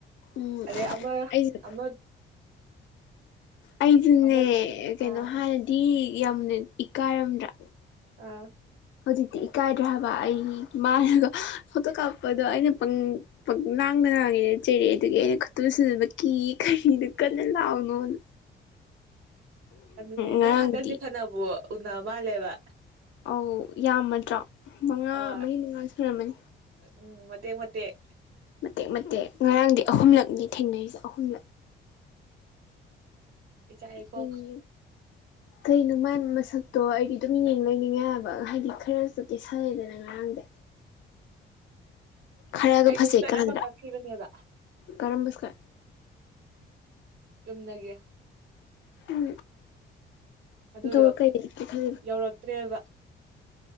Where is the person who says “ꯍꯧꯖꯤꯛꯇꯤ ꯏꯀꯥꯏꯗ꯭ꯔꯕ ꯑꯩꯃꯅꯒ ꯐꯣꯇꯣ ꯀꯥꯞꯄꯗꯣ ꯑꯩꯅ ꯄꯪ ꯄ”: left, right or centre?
Left